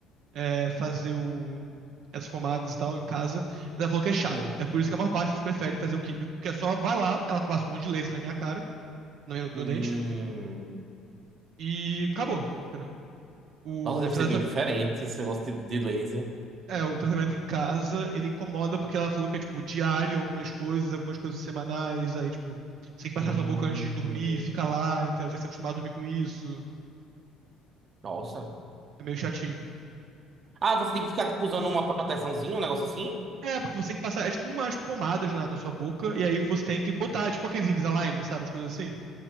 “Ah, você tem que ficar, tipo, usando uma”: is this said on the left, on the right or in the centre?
Right